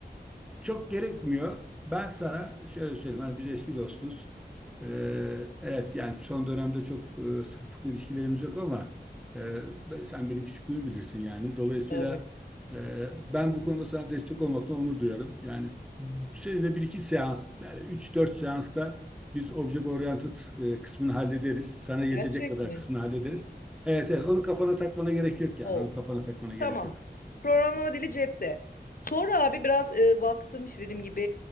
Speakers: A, in the centre; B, on the left (about 55°).
A: çok gerekmiyor. Ben sana şöyle söyleyeyim. Hani biz eski dostuz. Ee, evet yani son dönemde çok e, sıkı fıkı ilişkilerimiz yok ama e, ben- sen benim küçüklüğümü bilirsin yani. Dolayısıyla
B: tabii.
A: e, ben bu konuda sana destek olmaktan onur duyarım. Yani seninle bir iki seans, yani üç dört seansta biz object oriented e, kısmını hallederiz. Sana yetecek
B: Gerçek
A: kadar
B: mi?
A: kısmını hallederiz. Evet evet onu kafana takmana gerek yok yani.
B: Oo.
A: Onu kafana takmana gerek
B: Tamam.
A: yok.
B: Programlama dili cepte. Sonra abi biraz e, baktım işte dediğim gibi